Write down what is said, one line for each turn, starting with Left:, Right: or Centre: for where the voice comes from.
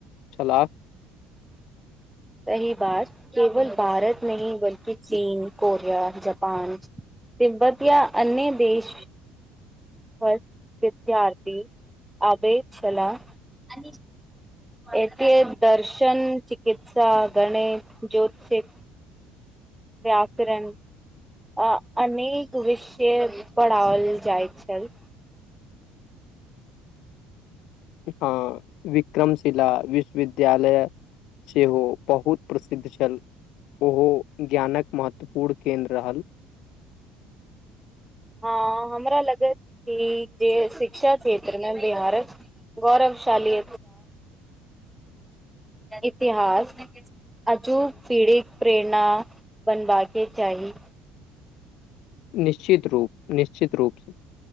Left: छलाह
Centre: सही बात केवल भारत नही बल्कि चीन कोरिया जापान तिब्बत या अन्य देश पर विद्यार्थी आबै छलाह एते दर्शन चिकित्सा गणित ज्योतिषी व्याकरण आ अनेक विषय पढ़ओल जाइत छल
Left: हँ विक्रमशिला विश्वविद्यालय सेहो बहुत प्रसिद्ध छल ओहो ज्ञानक महत्वपूर्ण केन्द्र रहल
Centre: हँ हमरा लगति कि जे शिक्षा क्षेत्र मे बिहारक गौरवशालि इतिहास अचूक पीढ़ीक प्रेरणा बनबा के चाही
Left: निश्चित रूप निश्चित रूप सँ